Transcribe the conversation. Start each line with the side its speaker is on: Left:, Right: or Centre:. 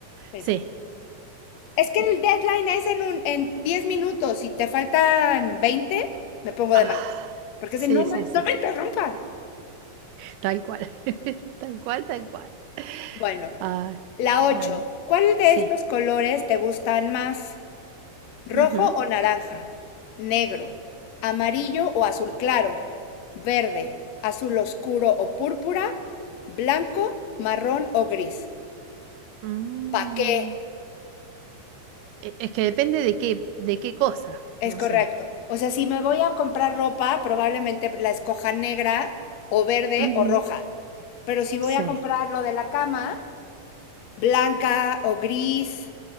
Left: Este,
Right: sí.
Left: Es que el deadline es en, un, en 10 minutos. Si te faltan 20, me pongo
Right: Ah,
Left: de malas. Porque
Right: sí,
Left: es de no, ma-
Right: sí, sí,
Left: no me
Right: sí.
Left: interrumpan.
Right: Tal cual. <laughs> Tal cual, tal cual.
Left: Bueno,
Right: Ay,
Left: la
Right: dale.
Left: 8. ¿Cuál de
Right: Sí.
Left: estos colores te gustan más? ¿Rojo
Right: Ujú.
Left: o naranja? Negro. ¿Amarillo o azul claro? Verde. ¿Azul oscuro o púrpura? ¿Blanco, marrón o gris?
Right: Mm.
Left: ¿Pa' qué?
Right: E- Es que depende de qué, de qué cosa,
Left: Es
Right: no
Left: correcto.
Right: sé.
Left: O sea, si me voy a comprar ropa, probablemente la escoja negra o verde
Right: Ujú,
Left: o roja. Pero si voy
Right: Sí,
Left: a comprar lo de la cama, blanca o gris